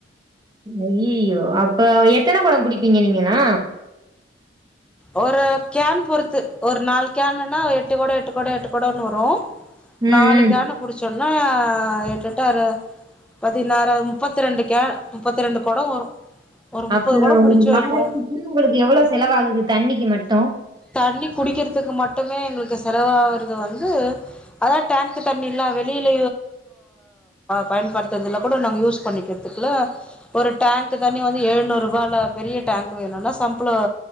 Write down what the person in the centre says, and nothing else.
ஒரு கேன் பொறுத்து ஒரு நாலு கேனுன்னா எட்டு கொட எட்டு கொட எட்டு கொடன்னு வரு
நாலு
கேன புடிச்சோனா எட்டெட்டு அறு பதினாறு முப்பத்தி ரெண்டு கே முப்பத்தி ரெண்டு கொட வரு ஒரு முப்பது
கொடோ புடிச்சு
வைப்போ
தண்ணி குடிக்கிறதுக்கு மட்டுமே எங்களுக்கு செலவாகறது வந்து அதா டேங்க்கு தண்ணில்ல வெளியில பயன்படுத்துதுல கூட நாங்க யூஸ் பண்ணிக்கற துக்குல ஒரு டேங்க்கு தண்ணி வந்து ஏழ்நூறுபால பெரிய டேங்க் வேணுனா சம்ப்ள